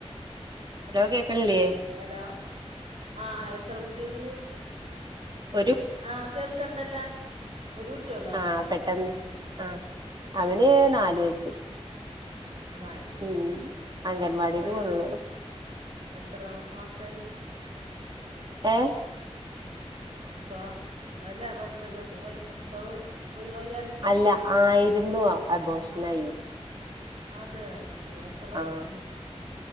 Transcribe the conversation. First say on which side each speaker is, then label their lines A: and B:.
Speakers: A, on the right; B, on the right.
A: ലോ കേക്ക്ണില്ലേ?
B: ഹലോ ആഹ് ആഹ് എത്ര കുട്ട്യെൾണ്ട്?
A: ഒര്
B: ആഹ് കേൾക്ക്ണ്ടല്ലാ ഒരു കുട്ട്യെ
A: ആഹ് പെട്ടെന്ന് ആഹ് അവന് നാല് വയസ്സ്.
B: നാല് വയസ്സ്
A: ഉം
B: ആഹ് ആഹ് ഇപ്പ
A: അംഗൻവാടില്
B: എത്രായി
A: പോണുള്ളൂ
B: എത്ര മാസായി?
A: ഏഹ്?
B: ഇപ്പാ അല്ല റസ്റ്റ്ന്നെച്ച വയ് ഇപ്പൊ വയ്യയ്യാണ്ടി
A: അല്ല ആയിരുന്നു അബോഷനായി.
B: അതെ ശ്ശോ എ
A: ആഹ്